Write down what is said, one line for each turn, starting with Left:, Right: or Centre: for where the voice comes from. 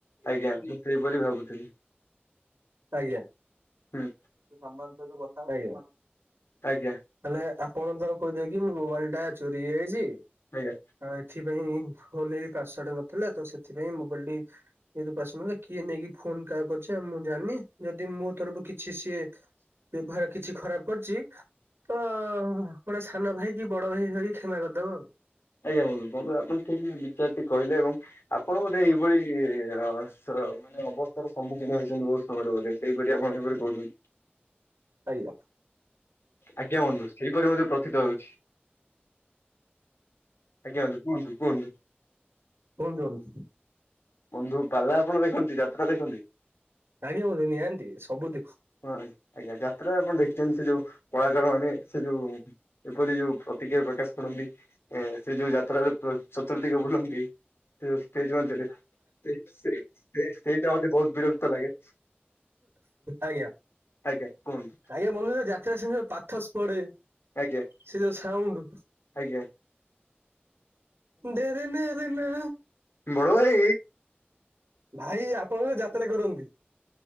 Left: ଆଜ୍ଞା ମୁଁ। ସେଇପରି ଭାବୁଥିଲି।
Right: ଆଜ୍ଞା।
Left: ହୁଁ।
Right: ସମ୍ମାନ ସହିତ କଥା ହେବେ ଆଜ୍ଞା।
Left: ଆଜ୍ଞା।
Right: ତାହେଲେ ଆପଣ ତାକୁ କହିଦେବେ କି ମୋ ମୋବାଇଲ ଟା ଚୋରି ହେଇଯାଇଛି।
Left: ଆଜ୍ଞା।
Right: ଆଉ ଏଥିପାଇଁ ଫୋନ୍ ରେ ବି ପାଶୱାର୍ଡ ନଥିଲା ତ ସେଥିପାଇଁ ମୋବାଇଲ ଟି ଇସନ କିଏ ନେଇକି ଫୋନ କାହା କୁ କରିଛି ମୁଁ ଜାଣିନି ଯଦି ମୁଁ ତରକୁ କି <inaudible> କିଛି ସିଏ ବ୍ୟବହାର କିଛି ଖରାପ କରିଛି ତ ଗୋଟେ ସାନ ଭାଇ କି ବଡ ଭାଇ ଭାବି କ୍ଷମା କରିଦେବ।
Left: ଆଜ୍ଞା ବନ୍ଧୁ, ବନ୍ଧୁ ଆପଣ ଠିକ ବିଚାର ଟି କହିଲେ ଏବଂ ଆପଣ ବୋଧେ ଏଇଭଳି ମାନେ ଅବସ୍ଥାର ସମ୍ମୁଖୀନ ହେଇଛନ୍ତି ବହୁତ ସମୟରେ ବୋଧେ? ସେହିପରି ଆପଣ ଏପରି କହୁଛନ୍ତି।
Right: ଆଜ୍ଞା।
Left: ଆଜ୍ଞା ବନ୍ଧୁ ସେଇପରି ସେହିପରି ମୁଁ ପ୍ରତିତ ହଉଛି। ଆଜ୍ଞା ବନ୍ଧୁ, କୁହନ୍ତୁ କୁହନ୍ତୁ
Right: କୁହନ୍ତୁ ବନ୍ଧୁ?
Left: ବନ୍ଧୁ ପାଲା ଆପଣ ଦେଖନ୍ତି? ଯାତ୍ରା ଦେଖନ୍ତି?
Right: ଆଜ୍ଞା ବନ୍ଧୁ ନିହାତି ସବୁ ଦେଖୁ।
Left: ହଁ, ଆଜ୍ଞା ଯାତ୍ରା ଆପଣ ଦେଖିଛନ୍ତି ସେ ଯୋଉ କଳାକାର ମାନେ ସେ ଯୋଉ ଏପରି ଯୋଉ ପ୍ରତିକ୍ରିୟା ପ୍ରକାଶ କରନ୍ତି ଏ ସେ ଯୋଉ ଯାତ୍ରାରେ ଚତୁଦିଗ ବୁଲନ୍ତି। ସେ ସେଷ୍ଟେଜ ମଧ୍ୟ ରେ ସେ ସେଇଟା ମୋତ ବହୁତ ବିରକ୍ତ ଲାଗେ।
Right: ଆଜ୍ଞା
Left: ଆଜ୍ଞା କୁହନ୍ତୁ।
Right: ଆଜ୍ଞା ବନ୍ଧୁ ଯାତ୍ରା ସେ ପର୍ଥାସ ପଡ଼େ।
Left: ଆଜ୍ଞା।
Right: ସେ ଯୋଉ ସାଉଣ୍ଡୁ।
Left: ଆଜ୍ଞା।
Right: ଡେରେ ନେରେ ନା
Left: ବଡ ଭାଇ
Right: ଭାଇ, ଆପଣ ବୋଧେ ଯାତ୍ରା କରନ୍ତି?